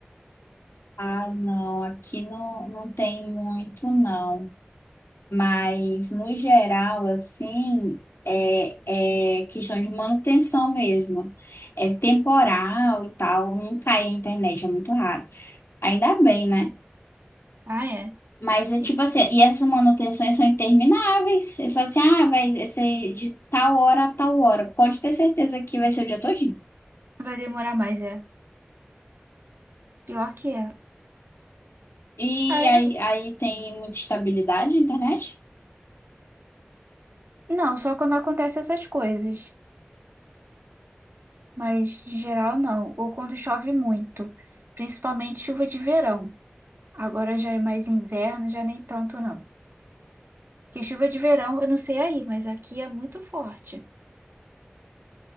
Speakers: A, on the left; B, on the right.
A: Ah, não, aqui não, não tem muito, não. Mas, no geral, assim, é, é questão de manutenção mesmo. É temporal e tal, não cai a internet, é muito raro. Ainda bem, né?
B: Ah, é.
A: Mas é tipo
B: E
A: assim, e essas manutenções são intermináveis. Eles falam assim, ah, vai ser de tal hora a tal hora. Pode ter certeza que vai ser o dia todinho.
B: vai demorar mais, é. Pior que é.
A: E
B: Aí,
A: aí, aí tem muita estabilidade na internet?
B: não, só quando acontecem essas coisas. Mas, em geral, não. Ou quando chove muito. Principalmente chuva de verão. Agora já é mais inverno, já nem tanto, não. Porque chuva de verão, eu não sei aí, mas aqui é muito forte.